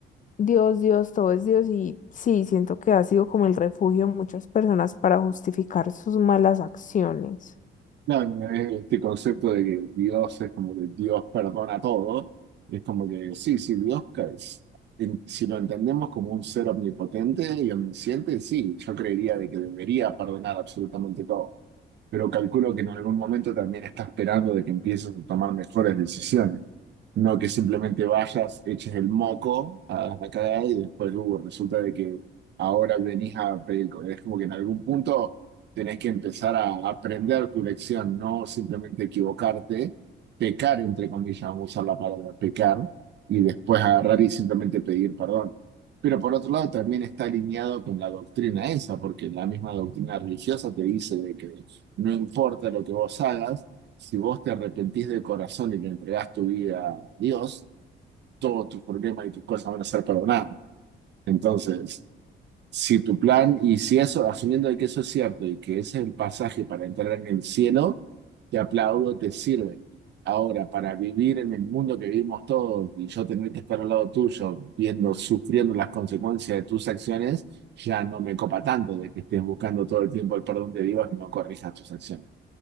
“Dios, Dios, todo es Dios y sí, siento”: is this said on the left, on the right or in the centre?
Left